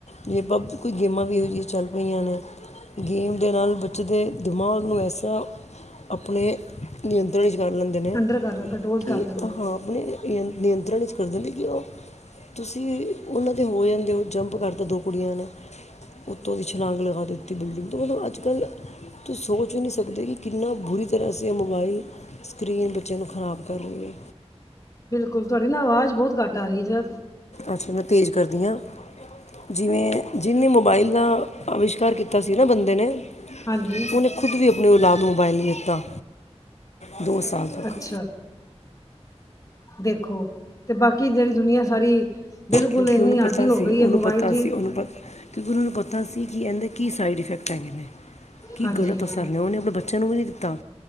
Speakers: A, on the left; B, on the left.
A: ਜੇ ਪਬ, ਕੋਈ ਗੇਮਾਂ ਵੀ ਇਹੋ ਜਿਹੀਆਂ ਚੱਲ ਪਈਆਂ ਨੇ, ਗੇਮ ਦੇ ਨਾਲ ਬੱਚੇ ਦੇ ਦਿਮਾਗ ਨੂੰ ਐਸਾ, ਆਪਣੇ ਨਿਯੰਤਰਣ ਵਿੱਚ ਕਰ ਲੈਂ ਦੇ ਨੇ,
B: ਅੰਡਰ ਕਰ ਕੰਟਰੋਲ ਕਰ
A: ਕਿ
B: ਲੈਂਦੇ ਆ
A: ਹਾਂ ਆਪਣੇ ਨਿਯੰਤਰਣ'ਚ ਕਰਦੇ ਨੇ, ਕਿ ਉਹ ਤੁਸੀਂ, ਉਹਨਾਂ ਦੇ ਹੋ ਜਾਂਦੇ ਓ ਜੰਪ ਕਰਤਾ ਦੋ ਕੁੜੀਆਂ ਨੇ। ਉੱਤੋਂ ਦੀ ਛਲਾਂਗ ਲਗਾ ਦਿੱਤੀ ਬਿਲਡਿੰਗ ਤੋਂ, ਮਤਲਬ ਅੱਜ ਅੱਜ-ਕੱਲ, ਤੁਸੀਂ ਸੋਚ ਵੀ ਨਹੀਂ ਸਕਦੇ ਕਿ ਕਿੰਨਾ ਬੁਰੀ ਤਰ੍ਹਾਂ ਅਸੀਂ ਆ ਮੋਬਾਈਲ ਸਕ੍ਰੀਨ, ਬੱਚਿਆਂ ਨੂੰ ਖ਼ਰਾਬ ਕਰ ਰਹੀ ਏ।
B: ਬਿਲਕੁਲ, ਤੁਹਾਡੀ ਨਾ ਅਵਾਜ਼ ਬਹੁਤ ਘੱਟ ਆ ਰਹੀ ਏ
A: ਅੱਛਾ, ਮੈਂ ਤੇਜ਼ ਕਰਦੀ ਆ, ਜਿਵੇਂ ਜਿੰਨੇ ਮੋਬਾਈਲ ਦਾ ਅਵਿਸ਼ਕਾਰ ਕੀਤਾ ਸੀ ਨਾ ਬੰਦੇ ਨੇ,
B: ਹਾਂਜੀ
A: ਉਹਨੇ ਖੁਦ ਵੀ ਆਪਣੀ ਔਲਾਦ ਨੂੰ ਮੋਬਾਇਲ ਨਹੀਂ ਦਿੱਤਾ, ਦੋ ਸਾਲ। ਤੱਕ
B: ਅੱਛਾ। ਦੇਖੋ, ਅਤੇ ਬਾਕੀ ਜਿਹੜੀ ਦੁਨੀਆ ਸਾਰੀ, ਬਿਲਕੁਲ
A: ਕਿਉਂਕਿ
B: ਇੰਨੀ
A: ਉਹਨੂੰ ਪਤਾ
B: ਆਦੀ ਹੋ
A: ਸੀ
B: ਗਈ
A: ਉਹਨੂੰ
B: ਏ ਮੋਬਾਈਲ
A: ਪਤਾ
B: ਦੀ।
A: ਸੀ ਉਹਨੂੰ ਪਤ ਕਿਉਂਕਿ ਉਹਨਾਂ ਨੂੰ ਪਤਾ ਸੀ ਕਿ ਐਂਦੇ ਕੀ ਸਾਈਡ ਇਫੈਕਟ ਹੈਗੇ ਨੇ, ਕੀ
B: ਹਾਂਜੀ
A: ਗਲਤ ਅਸਰ ਨੇ ਉਹਨੇ ਆਪਣੇ ਬ ਬੱਚਿਆਂ ਨੂੰ ਵੀ ਨਹੀਂ ਦਿੱਤਾ।